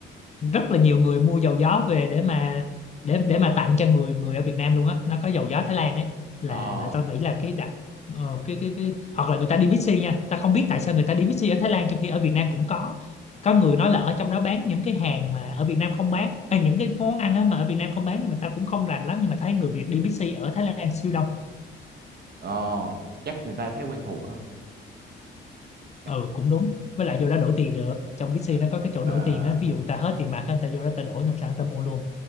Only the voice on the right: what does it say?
ờ
ờ chắc người ta thấy quen thuộc á chắc
ờ
ờ,